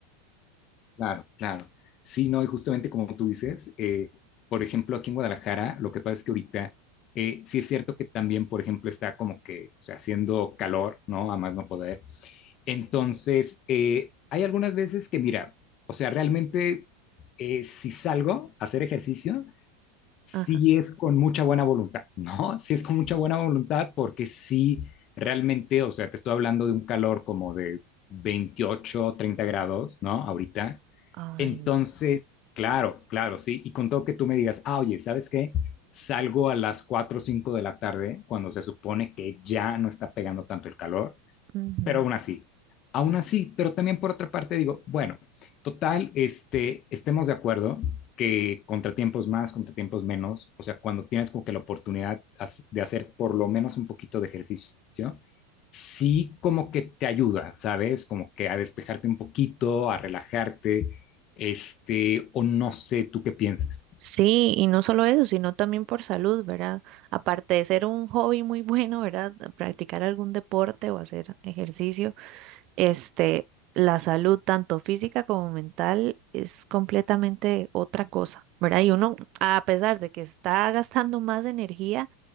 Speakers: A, on the left; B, on the right.
A: Claro, claro. Sí, no, y justamente como tú dices, eh, por ejemplo, aquí en Guadalajara, lo que pasa es que ahorita eh, sí es cierto que también, por ejemplo, está como que, o sea, haciendo calor, ¿no? A más no poder. Entonces, eh, hay algunas veces que, mira, o sea, realmente eh, si salgo a hacer ejercicio, sí
B: Ajá.
A: es con mucha buena voluntad, ¿no? <laughs> Sí es con mucha buena voluntad porque sí, realmente, o sea, te estoy hablando de un calor como de 28, 30 grados, ¿no? Ahorita
B: Ay,
A: entonces,
B: no.
A: claro, claro, sí. Y con todo que tú me digas, ah, oye, ¿sabes qué? Salgo a las 4 o 5 de la tarde, cuando se supone que ya no está pegando tanto el calor,
B: Ujú.
A: pero aún así. Aún así, pero también por otra parte digo, bueno, total, este, estemos de acuerdo que contratiempos más, contratiempos menos, o sea, cuando tienes como que la oportunidad de hacer por lo menos un poquito de ejercicio, sí como que te ayuda, ¿sabes? Como que a despejarte un poquito, a relajarte, este, o no sé, tú qué pienses.
B: Sí, y no solo eso, sino también por salud, ¿verdad? Aparte de ser un hobby muy <laughs> bueno, ¿verdad? Practicar algún deporte o hacer ejercicio este, la salud, tanto física como mental, es completamente otra cosa, ¿verdad? Y uno, a pesar de que está gastando más energía,